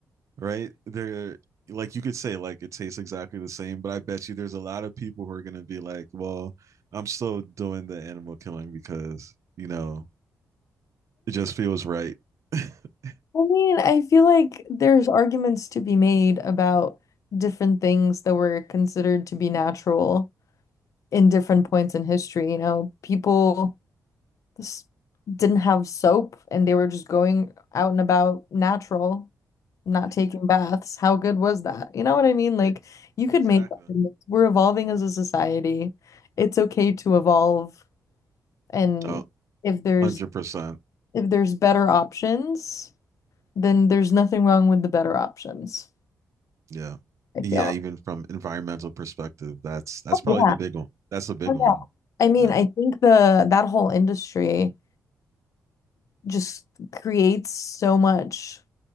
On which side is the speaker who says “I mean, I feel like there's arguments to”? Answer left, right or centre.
Left